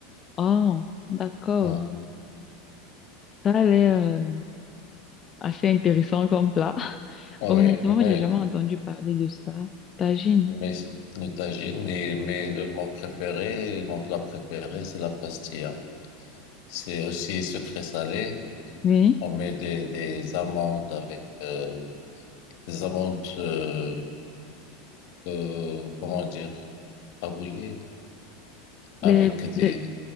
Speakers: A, on the left (about 30°); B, on the left (about 65°).
A: Oh, d'accord.
B: Hum.
A: Ça a l'air euh, assez intéressant comme plat. <laughs>
B: Ouais,
A: Honnêtement,
B: mais,
A: j'ai jamais entendu parler de ça. Tagine.
B: mais le tagine, et, mais le, mon préféré, mon plat préféré, c'est la pastilla. C'est aussi sucré salé.
A: Oui.
B: On met des, des amandes avec euh, des amandes, euh, euh, comment dire, rabouillées,
A: Les,
B: avec des,
A: les,